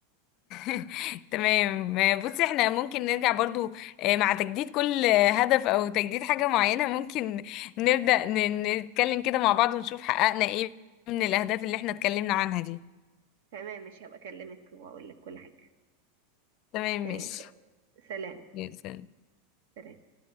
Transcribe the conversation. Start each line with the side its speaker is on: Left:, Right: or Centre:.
Left: <laughs> تمام آه، بصي احنا ممكن نرجع برضو آه، مع تجديد كل آه، هدف او تجديد حاجة معينة ممكن نبدأ ن- نتكلم كده مع بعض ونشوف حققنا ايه من الاهداف اللي احنا اتكلمنا عنها دي
Right: تمام مش هبقى اكلمك واقول لك كل حاجة
Left: تمام
Right: تمام
Left: ماشي
Right: س- سلام
Left: جدا
Right: سلام